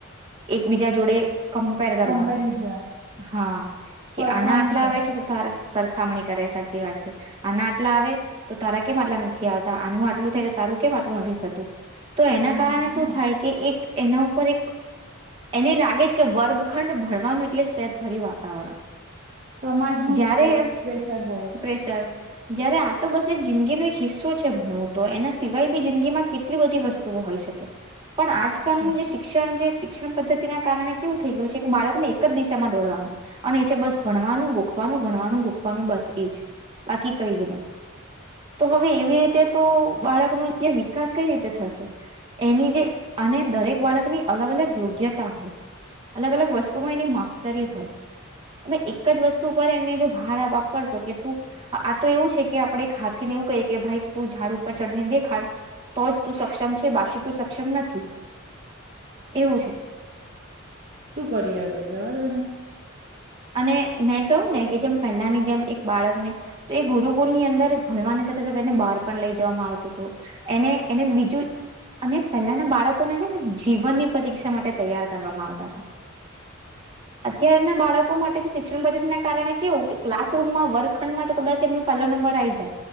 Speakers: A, on the right (about 25°); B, on the right (about 40°).
A: એકબીજા જોડે કમ્પેર કરવાનું
B: કમ્પેરિઝન
A: હા કે
B: સરખામણી
A: આના આટલા
B: કરે
A: આવે છે તો તારા સરખામણી કરે સાચી વાત છે આના આટલા આવે તો તારા કેમ આટલા નથી આવતા આનું આટલું થાય તારું કેમ આટલું નથી થતું તો
B: હમ
A: એના શું થાય કે એક એના ઉપર એક એને લાગે છે કે વર્ગખંડ ભણવાનું એટલે સ્ટ્રેસ ભર્યું વાતાવરણ
B: સમાજનું
A: જયારે
B: પ્રેશર હોય
A: પ્રેશર જયારે આ તો બસ એક જિંદગીનો એક હિસ્સો છે ભણવું તો એના સિવાય બી જિંદગી માં કેટલી બધી વસ્તુઓ હોય શકે તો પણ આજકાલનું
B: સાચી
A: જે શિક્ષણ જે શિક્ષણ પદ્ધતિના કારણે કેવું થઈ ગયું છે કે બાળકને એક જ દિશામાં દોડવાનું અને એ છે બસ ભણવાનું ગોખવાનું ભણવાનું ગોખવાનું બસ એ જ બાકી કઈ જ નહી તો હવે એવી રીતે તો બાળક ન જે વિકાસ કઈ રીતે થશે એની જે અને દરેક બાળકની અલગ અલગ યોગ્યતા હોય અલગ અલગ વસ્તુમાં એની માસ્ટતરી હોય અમે એક જ વસ્તુ પર એને જો ભાર આપ આપ કરશો કે તું આ તો એવું છે કે આપણે હાથીને એવું કહીએ કે ભાઈ તું ઝાડ ઉપર ચઢને દેખાડ તો જ તું સક્ષમ છે બાકી સક્ષમ નથી એવું છે
B: શું કરીએ હવે જવા દો ને
A: અને મેં કવું ને કે જેમ પહેલાની જેમ એક બાળકને તો એ ગુરુકુલની અંદર ભણવાની સાથે સાથે એને બહાર પણ લઈ જવામાં આવતું હતું એને એને બીજું અને પહેલાના બાળકોને છે ને જીવનની પરીક્ષા માટે તૈયાર કરવામાં આવતા હતા અત્યારના બાળકો માટે શિક્ષણ પદ્ધતિ ના કારણે કેવું કે ક્લાસરૂૂમમાં વર્ગખંડમાં તો કદાચ એમનો પહેલો નંબર આવી જાય